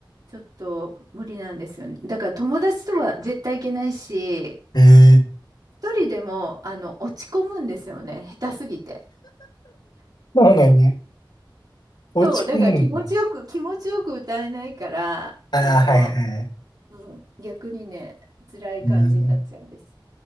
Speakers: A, on the right; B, on the left.
A: ちょっと無理なんですよね。だから友達とは絶対行けないし、
B: ん。ええ
A: 一人でも、あの、落ち込むんですよね、下手すぎて。
B: そうなんや。お家もなんか。
A: そう、だから気持ちよく、気持ちよく歌えないから、
B: ああ、
A: あの、
B: はいはい。
A: うん、逆にね、辛い感じになっちゃうんです。
B: うん。